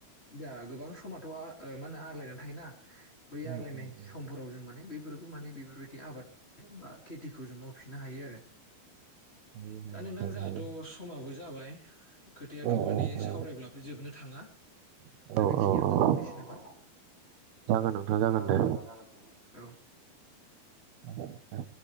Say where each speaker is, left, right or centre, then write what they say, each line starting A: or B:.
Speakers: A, on the left; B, on the right.
A: जाहा गोबां समाथ' मा होनो आग्लायनानै थायोना बै
B: उम
A: आग्लायनाय
B: उम उम
A: समफोराव जों माने बे बेफोरखौ माने बेफोरबायदि आबाद बा खेथिखौ जों मावफिननो हायो आरो
B: <unintelligible>
A: दा नोंथां जोंहाथ'
B: हायो
A: समाबो जाबाय खोथायाथ'
B: औ
A: माने
B: औ जागोन
A: सावरायब्लाबो जोबनो थाङा
B: औ
A: दा बेखिनियावनो
B: औ औ
A: अ अ अ
B: जागोन नोंथां
A: जागोन
B: दे
A: नोंथां जागोन औ
B: औ औ